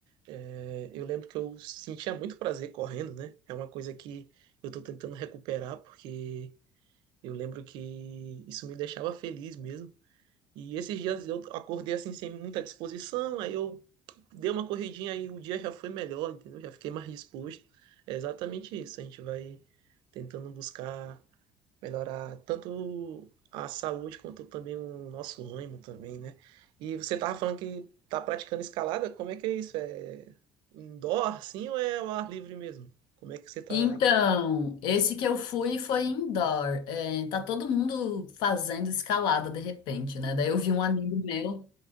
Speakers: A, on the right; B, on the left.
A: É, eu lembro que eu sentia muito prazer correndo, né? É uma coisa que eu tô tentando recuperar, porque eu lembro que isso me deixava feliz mesmo. E esses dias eu acordei assim sem muita disposição, aí eu dei uma corridinha e o dia já foi melhor, entendeu? Já fiquei mais disposto. É exatamente isso. A gente vai tentando buscar melhorar tanto a saúde quanto também o nosso ânimo também, né? E você tava falando que tá praticando escalada, como é que é isso? É indoor, sim, ou é ao ar livre mesmo? Como é que você tá,
B: Então, esse que eu fui foi indoor. É, tá todo mundo fazendo escalada de repente, né? Daí eu vi um amigo meu,